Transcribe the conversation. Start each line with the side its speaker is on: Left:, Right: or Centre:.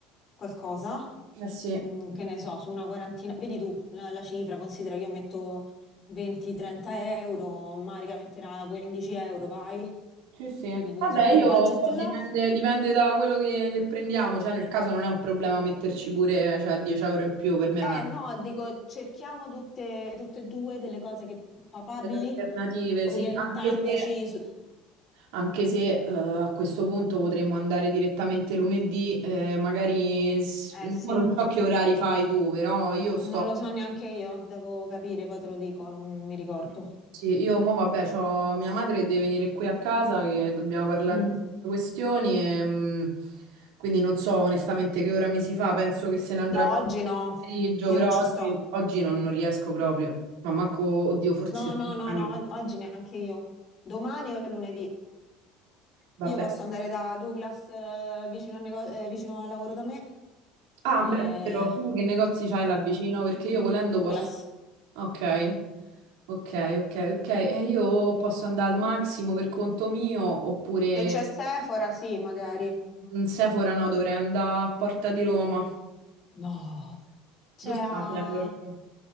Left: qualcosa.
Right: Eh sì.
Left: mm, che ne so, su una quarantina, vedi tu la, la cifra, considera che io metto 20-30 euro, Marica metterà 15 euro, vai.
Right: Sì, sì.
Left: Quindi que-
Right: Vabbè,
Left: su quel
Right: io
Left: budget là.
Right: dipende, dipende da quello che, che prendiamo, cioè nel caso non è un problema metterci pure, cioè, 10 euro in più, per me
Left: Eh
Right: non è.
Left: no, dico, cerchiamo tutte, tutte e due delle cose che papabili,
Right: Delle alternative,
Left: orientandoci
Right: sì, anche se,
Left: su...
Right: anche se eh, a questo punto potremmo andare direttamente lunedì, eh, magari s-
Left: Eh
Right: un
Left: sì,
Right: po' non so che orari fai tu, però io sto
Left: non lo so neanche io, devo capire, poi te lo dico, non mi ricordo.
Right: Sì, io mo vabbè, c'ho mia madre che deve venire qui a casa che dobbiamo parlare
Left: Mm.
Right: di queste questioni e, mh, quindi non so onestamente che ora mi si fa, penso che se ne andrà
Left: No,
Right: per
Left: oggi no,
Right: il pomeriggio,
Left: io
Right: però
Left: non ci
Right: oggi,
Left: sto.
Right: oggi non, non riesco proprio, ma manco, oddio, forse
Left: No, no,
Right: domani,
Left: no, no, oggi neanche io. Domani o lunedì.
Right: vabbè.
Left: Io posso andare da Douglas eh, vicino, al nego- eh, vicino al lavoro da me.
Right: Ah,
Left: eh,
Right: beh, è vero, tu che negozi c'hai là vicino? Perché io volendo
Left: Douglas.
Right: posso... Ok, ok, ok, ok, e io posso andare al massimo per conto mio oppure...
Left: Se c'è Sephora, sì, magari.
Right: Mm, Sephora no, dovrei andare a Porta di Roma.
Left: No. C'è
Right: Dove
Left: a...
Right: sta Sephora
Left: ad
Right: qua?